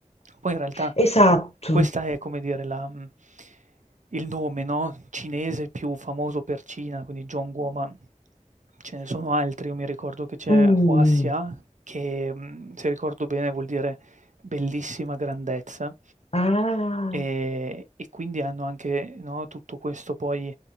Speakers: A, on the right; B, on the left.
A: Poi in realtà
B: Esatto.
A: questa è, come dire, la mhmm, il nome, no, cinese più famoso per Cina, quindi Zhongguo, ma ce ne sono altri. Io mi ricordo che c'è
B: Mm.
A: Huaxia che, mhmm, se ricordo bene vuol dire bellissima grandezza.
B: Ah.
A: Ehm, e quindi hanno anche, no, tutto questo poi